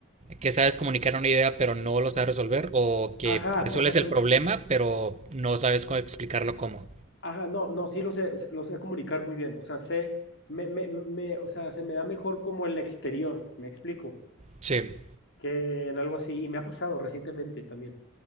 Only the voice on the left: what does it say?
Ajá,
o sea que
Ajá, no, no, sí lo sé, lo sé comunicar muy bien. O sea, sé, me, me, me- o sea, se me da mejor como el exterior, me explico,
que en algo así. Y me ha pasado recientemente también.